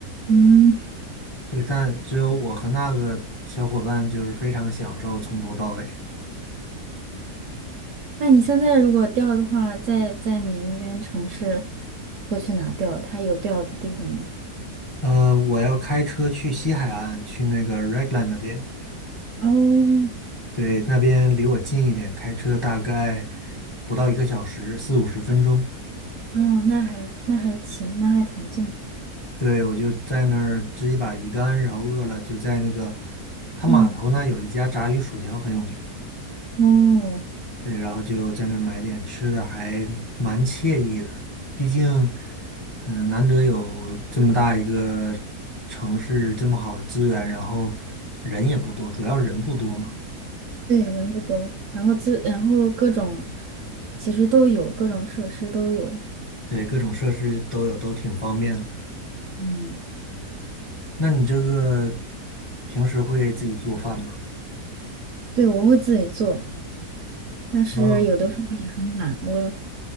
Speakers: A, on the right; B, on the left.
A: 嗯。
B: 对，但只有我和那个小伙伴就是非常享受从头到尾。
A: 那你现在如果钓的话，在在你那边城市会去哪钓？它有钓的地方吗？
B: 呃，我要开车去西海岸，去那个 Raglan 那边。
A: 哦，
B: 对，那边离我近一点，开车大概不到一个小时，四五十分钟。
A: 哦，那还那还行，那还挺近。
B: 对，我就在那儿支一把鱼竿，然后饿了就在那个，它码头呢有一家炸鱼薯条很有名。
A: 嗯，哦，
B: 对，然后就在那儿买点吃的，还蛮惬意的。毕竟，嗯，难得有这么大一个城市，这么好的资源，然后人也不多，主要人不多嘛。
A: 对，人不多，然后自然后各种其实都有，各种设施都有。
B: 对，各种设施都有，都挺方便的。
A: 嗯，
B: 那你这个平时会自己做饭吗？
A: 对，我会自己做，但是有的时候也很懒，
B: 嗯，
A: 我